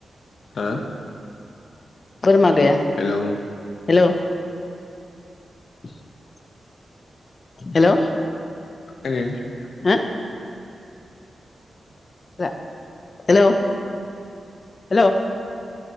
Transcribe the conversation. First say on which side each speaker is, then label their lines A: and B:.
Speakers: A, on the left; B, on the left.
A: हो
B: बोरमा गैया
A: हेलौ
B: हेलौ <inaudible> हेलौ
A: खोनायाखै
B: हो रा हेलौ हेलौ